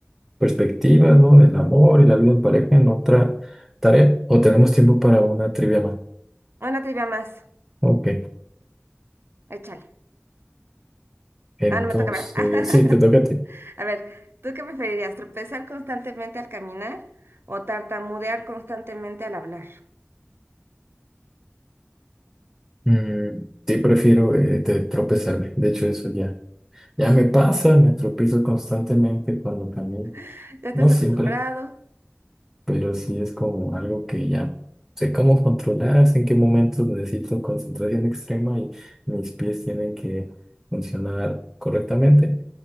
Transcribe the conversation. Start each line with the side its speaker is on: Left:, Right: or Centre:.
Centre: perspectivas, ¿no? Del amor y la vida en pareja en otra tarea, o tenemos tiempo para una trivia más.
Right: Una trivia más.
Centre: Ok,
Right: Échale.
Centre: entonces,
Right: Ah, no me toca, ¿verdad? <laughs>
Centre: sí, te toca a ti.
Right: A ver, ¿tú qué preferirías? ¿Tropezar constantemente al caminar o tartamudear constantemente al hablar?
Centre: Mm, sí, prefiero eh, te- tropezarme, de hecho eso ya. Ya me pasa, me tropiezo constantemente cuando camino.
Right: <laughs> Ya estás
Centre: No siempre,
Right: acostumbrado.
Centre: pero sí es como algo que ya sé cómo controlar, sé en qué momentos necesito concentración extrema y mis pies tienen que funcionar correctamente.